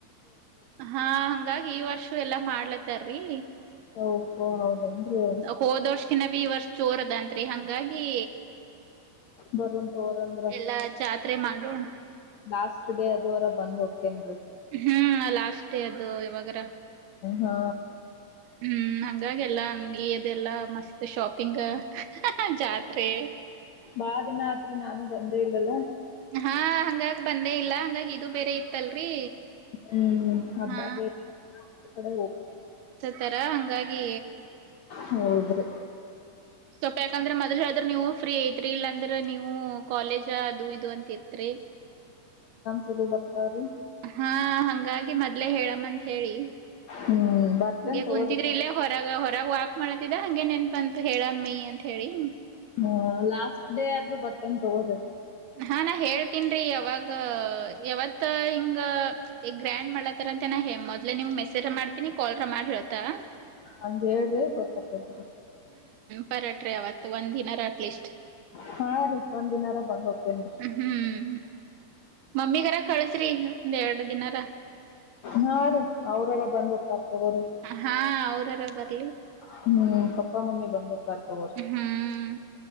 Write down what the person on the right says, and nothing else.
ಹ ಹರ್ ಎಲ್ಲಾ ಮಾಡ್ಲತಾರೀ
ಹೋದವಷಕಿನ ಬಿ ಈ ವರ್ಷ ಜೋರದಂರಿ ಹಂಗಾಗಿ
ಎಲ್ಲಾ ಜಾತ್ರೆ ಮಾಡೋಣ
ಹ್ಮ್ ಲ ಅಷ್ಟೇ ಅದು ಇವಾಗ್ರ
ಹ್ಮ್ ಇದಾಗಲ್ಲಾ ಅಂಗಡಿ ಅದೆಲ್ಲಾ ಮಸ್ತ್ ಶಾಪಿಂಗ್ ಜಾತ್ರೆ
ಹಾ ಹಂಗಾಗ ಬಂದೇ ಇಲ್ಲ ಹಂಗಾಗಿ ಇದು ಬೇರೆ ಇತ್ತಲ್ರಿ
ಹಾ
ತರ ಹಂಗಾಗಿ
ಸ್ವಪಾಕಂದ್ರೆ ಮೊದಲ್ ಹೇಳ್ರ ನೀವು ಫ್ರೀ ಐತ್ರಿ ಇಲ್ಲಾಂದ್ರೆ ನೀವು ಕಾಲೇಜ ಅದು ಇದು ಅಂತ ಇತ್ರಿ
ಹಾ ಹಂಗಾಗಿ ಮೊದ್ಲೆೇ ಹೇಳಮ್ಮ ಅಂತ ಹೇಳಿ
ಹಗೆ
ಕುಂತಿದ್ರ
ಇಲ್ಲೇ ಹೊರಗ ಹೊರಾಗ ವಾಕ್ ಮಾಡ್ತಿದ ಹಂಗೆ ನೆನ್ ಅಂತ ಹೇಳಮ್ಮಿ ಅಂತ ಹೇಳಿ
ಹಾ ನಾ ಹೇಳ್ತನ್ ಯಾವಾಗ ಯಾವತ್ತ ಹಿಂಗ ಈಗ ಗ್ರ್ಯಾಂಡ್ ಮಾಡಲತಾರ ಅಂತನ ಹೆ ಮೊದ್ಲೆ ನಿವ್ ಮೆಸೇಜ ಮಾಡ್ತೀನಿ ಕಾಲ್ರ ಮಾಡ್ ಹೇಳಳ್ತಾ
ಪರಟ್ರೀ ಅವವತ್ತು ಒಂದ ದಿನ ಅಟ್ಲೀಸ್ಟ್
ಹ್ಮ್ ಮಮ್ಮಿಗರ ಕಳಸ್ರಿ ಒಂದ್ ಎರಡ್ ದಿನಾರ
ಹಾ ಅವ್ರಾರ ಬರ
ಹ್ಮ್